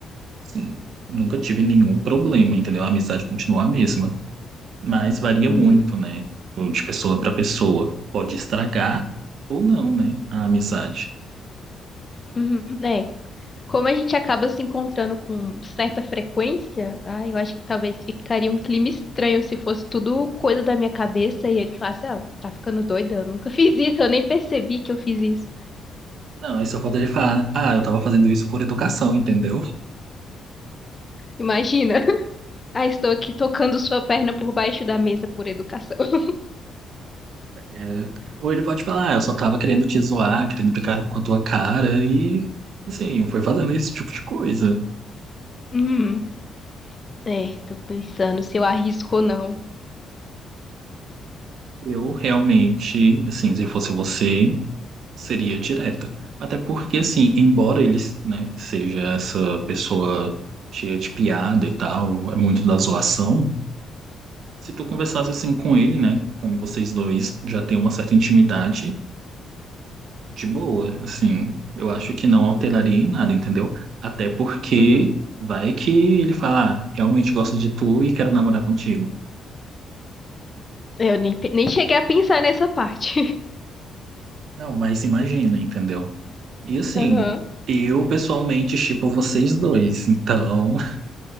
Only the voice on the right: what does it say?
assim, nunca tive nenhum problema, entendeu? A amizade continua a mesma. Mas varia
muito, né? De pessoa para pessoa. Pode estragar ou não, né? A amizade.
Não, aí só falta ele falar, ah, eu tava fazendo isso por educação, entendeu?
É, Ou ele pode falar, ah, eu só tava querendo te zoar, querendo brincar com a tua cara e, assim, foi fazendo esse tipo de coisa.
Eu realmente, assim, se fosse você, seria direta. Até porque, assim, embora ele, né, seja essa pessoa cheia de piada e tal, é muito da zoação, Se tu conversasse assim com ele, né? Como vocês dois já têm uma certa intimidade, de boa, assim, eu acho que não alteraria em nada, entendeu? Até porque
vai que ele fala, ah, realmente gosto de tu e quero namorar contigo.
Não, mas imagina, entendeu? E assim,
eu pessoalmente shippo vocês dois, então